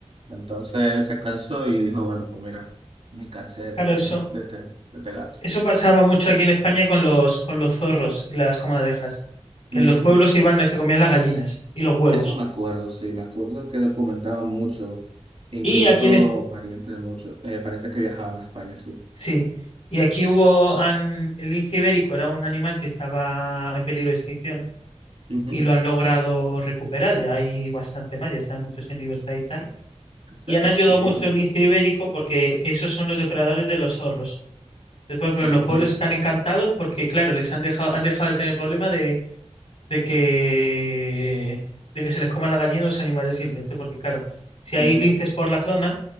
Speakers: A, on the right (about 60°); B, on the left (about 60°).
A: Entonces él se cansó y dijo, bueno, pues mira, me cansé de esta
B: Claro,
A: gallina,
B: eso.
A: de este, de este gato.
B: Eso pasaba mucho aquí en España con los, con los zorros y las comadrejas, que
A: Ujú.
B: en los pueblos se iban y se comían las gallinas y los huevos.
A: Eso me acuerdo, sí, me acuerdo que lo comentaban mucho, incluso
B: Y aquí en, Es-
A: parientes de muchos, eh, parientes que viajaban a España, sí.
B: sí, y aquí hubo, han- el lince ibérico era un animal que estaba en peligro de extinción
A: Ujú, En
B: y lo han logrado recuperar, ya hay bastante más, ya están muchos en libertad y tal.
A: serio,
B: Y han ayudado
A: pero
B: mucho
A: bueno.
B: el lince ibérico porque esos son los depredadores de los zorros. Entonces, por ejemplo,
A: Oh,
B: los pueblos están encantados porque, claro, les han dejado, han dejado de tener el problema de que, de que se les coman la gallina a los animales silvestres, porque claro, si
A: ujú,
B: hay linces por la zona,